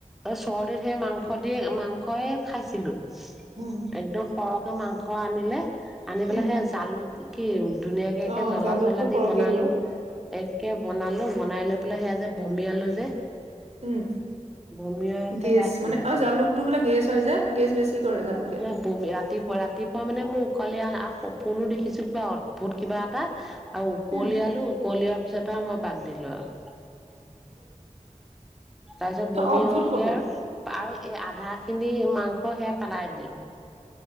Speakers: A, in the centre; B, on the right.
A: চৰ্দত সেই মাংস দি মাংস খাইছিলো
B: উম।
A: একদম সৰক মাংস আনিলে আনি
B: উম,
A: পেলাই সে জালুক কি ধুনীয়াকাকে
B: অ'
A: জ্বলা
B: জালুকটো
A: চলা
B: সৰহকে
A: দি বনালো
B: দিব লাগে।
A: এককে বনালো মনাই লৈ পেলাই সেয়া যে বমিয়ালৈ যে
B: উম
A: বমিয়কে
B: গেছ
A: বাদ দি
B: মানে
A: লোৱা
B: আৰু জালুকটো বোলে গেছ হয় যে গেছ বেছি কৰে জালুকে।
A: ন বমি ৰাতিপুৱা ৰাতিপুৱা মানে মোক কালি ফোনো দেখিছো কিবা অদ্ভুত কিবা এটা আ কোল
B: উম,
A: আলো কোলিয়া পিছত ত মই বাদ দিলো আৰু তাৰ পিছত বমি
B: অদ্ভুত
A: হলগে
B: সপোন
A: আৰু এই আধা খিনি মাংস সেয়া পেলাই দিলো